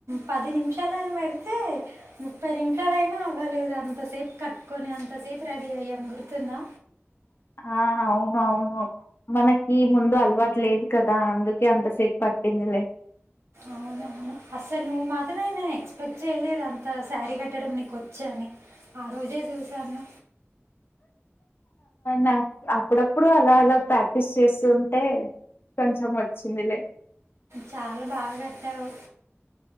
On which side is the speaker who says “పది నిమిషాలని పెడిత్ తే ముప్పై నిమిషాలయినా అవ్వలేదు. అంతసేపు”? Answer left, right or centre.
Right